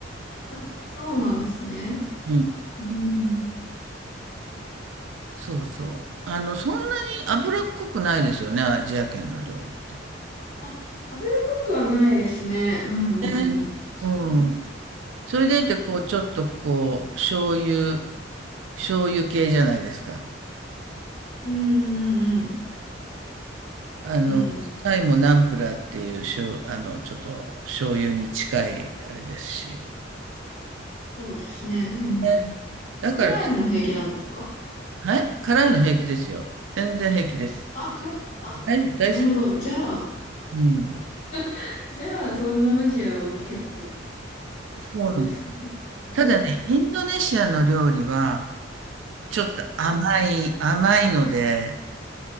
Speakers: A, on the left (about 45°); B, on the right (about 75°).
A: あ、そうなんですね。
B: うん、
A: うん。
B: そうそう。あの、そんなに脂っこくないですよね、アジア圏の料理って。
A: あ、油かくはないですね。うんうんうん。
B: ねうん。
A: 確かに。
B: それでいて、こう、ちょっとこう、醤油、醤油系じゃないですか。
A: うんうん
B: あの、
A: うん。うん。
B: タイもナンプラーっていう、しょう、あの、ちょっと醤油に近いあれですし。
A: そうですね。うんうん。
B: ねだから、
A: 辛いのも平気なんですか
B: はい、辛いの平気ですよ。全然平気です。
A: あ、辛いの。あ、
B: 大、大好き。
A: なるほど。じゃあ、
B: うん。
A: <laughs> じゃあ、東南アジアは結構お好きそうですね。
B: そうなんです。
A: <laughs>
B: ただね、インドネシアの料理は、ちょっと甘い、
A: はい。
B: 甘いので、